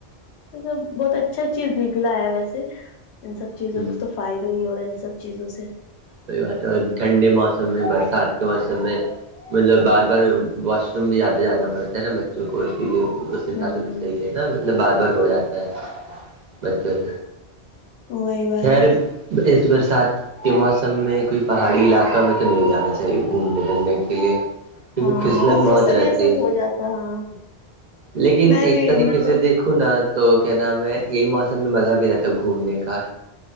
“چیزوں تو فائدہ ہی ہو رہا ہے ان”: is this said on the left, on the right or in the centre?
Left